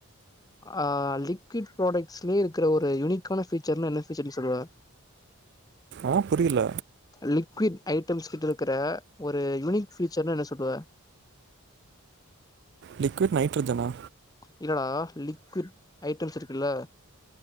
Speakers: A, on the left; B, on the right.
A: ஆஹ் லிக்விட் ப்ராடக்ட்ஸ்லயே இருக்கிற ஒரு யுனிக்கான ஃபீச்சர்னா என்ன ஃபீச்சர்ன் சொல்லுவ
B: ஆஹ் புரியல
A: லிக்விட் ஐட்டம்ஸ் கிட்ட இருக்கிற ஒரு யூனிக் ஃபீச்சர்னு என்ன சொல்லுவ
B: லிக்விட் நைட்ரஜனா
A: இல்லடா லிக்விட் ஐட்டம்ஸ் இருக்குல்ல